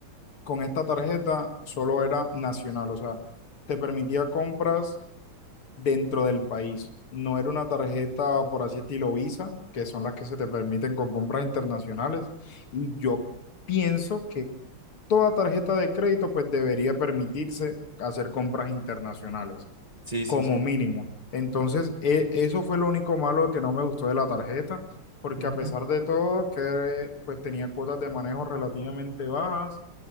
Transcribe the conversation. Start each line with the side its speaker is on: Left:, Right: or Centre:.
Left: con esta tarjeta solo era nacional, o sea, te permitía compras dentro del país. No era una tarjeta, por así estilo Visa, que son las que se te permiten con compras internacionales. Y yo pienso que toda tarjeta de crédito pues debería permitirse hacer compras internacionales
Right: Sí,
Left: como
Right: sí, sí.
Left: mínimo. Entonces, e- eso fue lo único malo que no me gustó de la tarjeta, porque
Right: Ujú.
Left: a pesar de todo, que pues tenía cuotas de manejo relativamente bajas